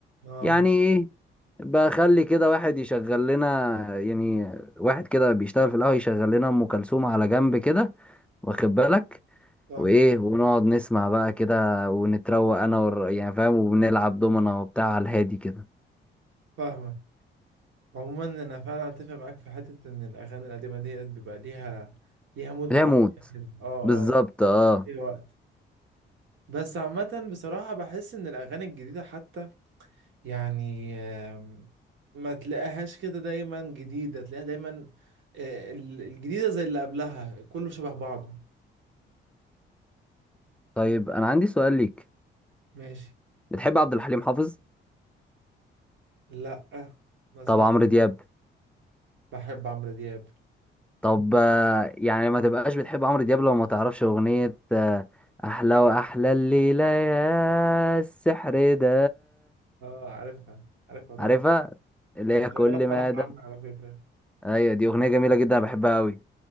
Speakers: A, on the right; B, in the centre.
A: اه
B: يعني إيه بخلي كده واحد يشغل لنا يعني واحد كده بيشتغل في القهوة يشغل لنا أم كلثوم على جنب كده واخد بالك
A: صح
B: وايه ونقعد نسمع بقى كده ونتروق انا والر... يعني فاهم وبنلعب دومنا وبتاع على الهادي كده
A: فاهمك عموما انا فعلا اتفق معاك في حته ان الاغاني القديمه ديت بيبقى ليها ليها مود معين
B: لا موت
A: كده اه اه
B: بالظبط
A: آه.
B: اه
A: ليه وقت بس عامه بصراحه بحس ان الاغاني الجديده حتى يعني آم، ما تلاقيهاش كده دايما جديده تلاقيها دايما آه، ال- الجديده زي اللي قبلها كله شبه بعضه
B: طيب انا عندي سؤال ليك
A: ماشي
B: بتحب عبد الحليم حافظ
A: لا ما سمعت
B: طب عمرو دياب
A: بحب عمرو دياب
B: طب آه، يعني ما تبقاش بتحب عمرو دياب لو ما تعرفش اغنية آه، احلى واحلى الليلة يا السحر ده
A: اه عارفها عارفها طبعا
B: عارفها اللي
A: كانت
B: هي
A: شغاله
B: كل
A: في فرح
B: ما ده
A: عمي على فكره
B: ايوه دي اغنية جميلة جدا أنا بحبها قوي